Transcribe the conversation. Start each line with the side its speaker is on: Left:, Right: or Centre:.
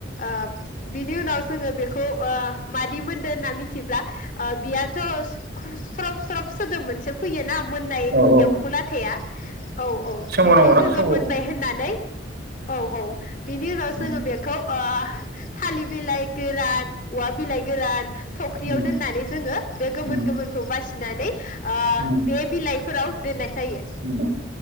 Left: ओह बिनि उनाव जोङो बेख खौ ओ मादिमोन होनना मिथिब्ला ओ बियाथ स खरस सरस स्रब सोदोब मोनसे फैयोना मोननाय
Right: औ
Left: एम्फौ लाथाया औ औ
Right: सोंबावनांगौना
Left: बेखौ जोङो
Right: सोंबाव
Left: मोनबाय होननानै औ औ बिनि उनाव
Right: उम
Left: जोङो बेखौ ओह थालि बिलाइ गोरान। औवा बिलाइ गोरान। थख्रियाव
Right: उम
Left: दोननानै जोङो बे गोमोन
Right: उम
Left: गोमोनखौ बासि फिनानै ओ
Right: उम
Left: बे बिलाइख फोराव दोननाय जायो
Right: उम